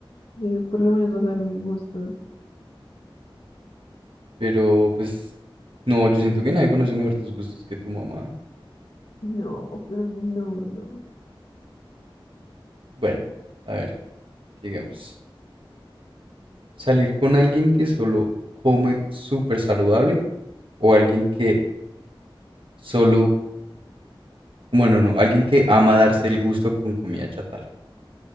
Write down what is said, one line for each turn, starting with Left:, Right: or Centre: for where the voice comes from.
Left: Eh, por lo menos vas a ver mis gustos.
Right: Pero, pues, no, yo siento que nadie conoce mejor tus gustos que tu mamá.
Left: No, pero no, no.
Right: Bueno, a ver, sigamos. ¿Salir con alguien que solo come súper saludable o alguien que solo, bueno, no, alguien que ama darse el gusto con comida chatarra?